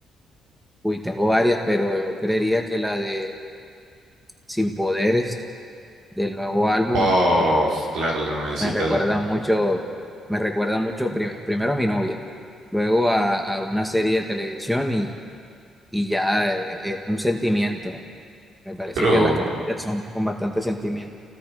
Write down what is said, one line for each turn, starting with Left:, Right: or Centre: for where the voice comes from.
Centre: Uy, tengo varias, pero yo creería que la de Sin Poderes del nuevo álbum
Right: Bof,
Centre: eh,
Right: claro, la nuevecita,
Centre: me recuerda
Right: la,
Centre: mucho, me recuerda mucho prim- primero a mi novia, luego a, a una serie de televisión y, y ya eh, es un sentimiento. Me parece
Right: Pero,
Centre: que las canciones son con bastante sentimiento.